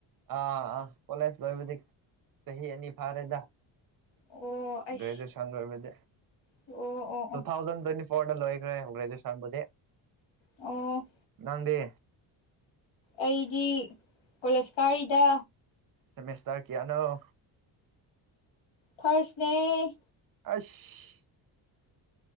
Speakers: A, on the right (about 45°); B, on the left (about 80°).
A: ꯑꯥ ꯑꯥ ꯀꯣꯂꯦꯖ ꯂꯣꯏꯕꯗꯤ ꯆꯍꯤ ꯑꯅꯤ ꯐꯥꯔꯦꯗ
B: ꯑꯣ ꯑꯩꯁ
A: ꯒ꯭ꯔꯦꯖꯨꯌꯦꯁꯟ ꯂꯣꯏꯕꯗꯤ
B: ꯑꯣ ꯑꯣ
A: ꯇꯨ
B: ꯑꯣ
A: ꯊꯥꯎꯖꯟ ꯇ꯭ꯋꯦꯟꯇꯤ ꯐꯣꯔꯗ ꯂꯣꯏꯒ꯭ꯔꯦ ꯒ꯭ꯔꯦꯖꯨꯌꯦꯁꯟꯕꯨꯗꯤ
B: ꯑꯣ
A: ꯅꯪꯗꯤ
B: ꯑꯩꯗꯤ ꯀꯣꯂꯦꯖ ꯀꯥꯔꯤꯗ
A: ꯁꯦꯃꯤꯁꯇꯔ ꯀꯌꯥꯅꯣ
B: ꯐꯥꯔ꯭ꯁ ꯅꯦ
A: ꯑꯁ